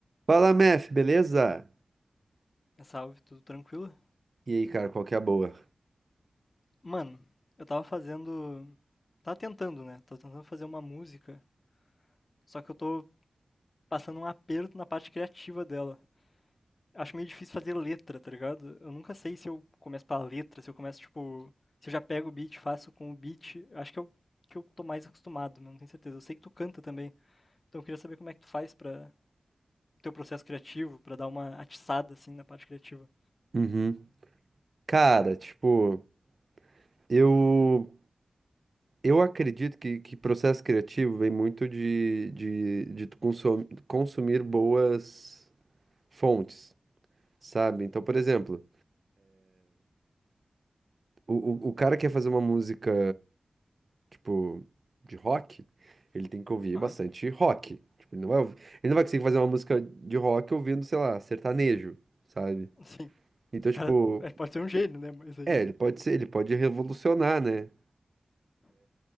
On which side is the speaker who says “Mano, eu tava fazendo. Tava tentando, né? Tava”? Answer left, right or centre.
Left